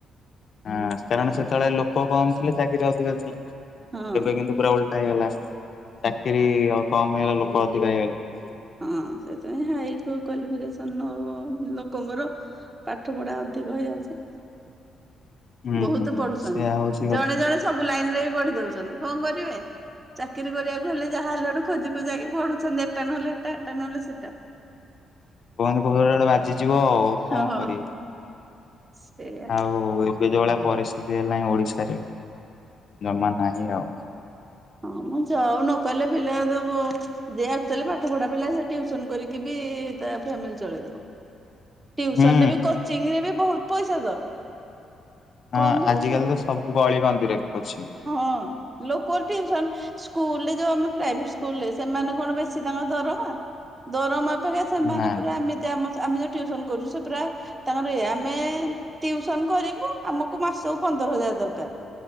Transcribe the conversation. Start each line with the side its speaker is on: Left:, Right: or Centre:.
Left: ହଁ କାରଣ
Right: ଆଉ
Left: ସେତେବେଳେ ଲୋକ କମ ଥିଲେ ଚାକିରି ଅଧିକା ଥିଲା
Right: ହଁ
Left: ଏବେ କିନ୍ତୁ ପୁରା ଓଲଟା ହେଇଗଲା ଚାକିରି ଆଉ କମ ହେଇଗଲା ଲୋକ ଅଧିକା ହେଇଗଲେ।
Right: ହଁ ସେଥିପାଇଁ ହାଇ କ୍ଵାଲିଫିକେସନ ଲୋକଙ୍କର ପାଠ ପଢ଼ା ଅଧିକ ହେଇଯାଉଛି।
Left: ହୁଁ
Right: ବହୁତ ପଢୁଛନ୍ତି
Left: ସେୟା ହଉଛି
Right: ଜଣେ
Left: କଥା
Right: ଜଣେ ସବୁ ଲାଇନରେ ବି ପଢି ଦଉଛନ୍ତି କଣ କରିବେ ଚାକିରି କରିବାକୁ ହେଲେ ଯାହା ହେଲା ବଡୁ ଖୋଜି ଖୋକି ପଢୁ ସନ୍ଧ୍ୟା ଏଟା ନେଲେ ଏଟା ଏଟା ନହେଲେ ସେଟା
Left: <inaudible> ବେଳକୁ ବାଜିଯିବ ଆଉ କଣ
Right: ହଁ
Left: କରିବି?
Right: ସେଇଆ
Left: ଆଉ ଏବେ ଯୋଉ ଭଳିଆ ପରିସ୍ଥିତି ହେଲାଣି ଓଡିଶାରେ ଜମା ନାହିଁ ଆଉ
Right: ହଁ ମ ଯବ୍ ନକଲେ ପିଲା ଦବ ଯିଏ ଆକଚୁଆଲି ପାଠ ପଢା ପିଲା ସେ ଟିଉସନ କରିକି ବି ତା ଫ୍ୟାମିଲି ଚଳେଇ ଦବ। ଟିଉସନରେ
Left: ହୁଁ।
Right: ବି କୋଚିଂରେ ବି ବହୁତ ପଇସା ତ
Left: ହଁ
Right: କମ ମିଳୁଛି
Left: ଆଜିକାଲି
Right: କି?
Left: ତ ସବୁ ଗଳି କନ୍ଦିରେ କୋଚିଙ୍ଗ
Right: ହଁ ଲୋକ ଟିଉସନ୍ ସ୍କୁଲରେ ଯୋଉ ଆମେ ପ୍ରାଇଭେଟ ସ୍କୁଲରେ ସେମାନେ କଣ ବେଶୀ ତାଙ୍କ ଦରମା ଦରମା ଅପେକ୍ଷା ସେମାନେ
Left: ନା
Right: ପୁରା ଏମତି ଆମେ ଯଉ ଟିଉସନ କରୁଛୁ ସେ ପୁରା ତାଙ୍କର ଏ ଆମେ ଟିଉସନ କରିବୁ ଆମକୁ ମାସକୁ ପନ୍ଦର ହଜାର ଦରକାର।